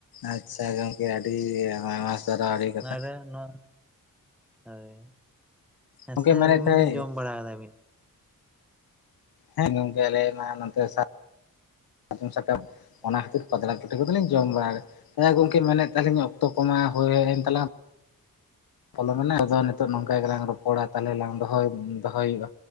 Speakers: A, on the left (about 85°); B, in the centre.
A: ᱟᱪᱪᱷᱟ ᱜᱚᱝᱠᱮ ᱟᱹᱰᱤ ᱟᱭᱢᱟ ᱥᱟᱨᱦᱟᱣ ᱟᱹᱰᱤ ᱠᱟᱛᱷᱟ
B: ᱱᱚᱣᱟ ᱨᱮ ᱱᱚᱣᱟ ᱦᱳᱭ ᱦᱮᱸ
A: ᱜᱚᱝᱠᱮ
B: ᱥᱮ
A: ᱢᱮᱱᱮᱫ
B: ᱟᱹᱵᱤᱱ ᱢᱤᱫ
A: ᱛᱟᱦᱮᱸᱫ
B: ᱫᱤᱱ ᱡᱚᱢ ᱵᱟᱲᱟ ᱠᱟᱫᱟ ᱵᱤᱱ
A: ᱦᱮᱸ ᱜᱚᱢᱠᱮ ᱟᱞᱮ ᱢᱟ ᱱᱚᱛᱮ <unintelligible> ᱥᱟᱡᱚᱢ ᱥᱟᱠᱟᱢ
B: ᱦᱳᱭ
A: ᱚᱱᱟ ᱠᱷᱟᱹᱛᱤᱨ ᱯᱟᱛᱲᱟ ᱯᱤᱴᱷᱟᱹ ᱠᱚᱫᱚ ᱞᱤᱧ ᱡᱚᱢ ᱵᱟᱲᱟ
B: ᱦᱮᱸ
A: <unintelligible> ᱜᱚᱢᱠᱮ ᱢᱮᱱᱮᱫ ᱛᱟᱦᱮᱸᱱᱟ ᱞᱤᱧ ᱚᱠᱛᱚ ᱠᱚᱢᱟ ᱦᱳᱭ ᱦᱮᱜᱼᱮᱱ ᱛᱟᱞᱟᱝ ᱯᱚᱞᱚᱢ ᱮᱱᱟ ᱟᱫᱚ ᱱᱤᱛᱚᱜ ᱱᱚᱝᱠᱟ ᱜᱮᱞᱟᱝ ᱨᱚᱯᱚᱲᱟ ᱛᱟᱦᱞᱮ ᱞᱟᱝ ᱫᱚᱦᱚ ᱫᱚᱦᱚᱭ ᱦᱩᱭᱩᱜᱼᱟ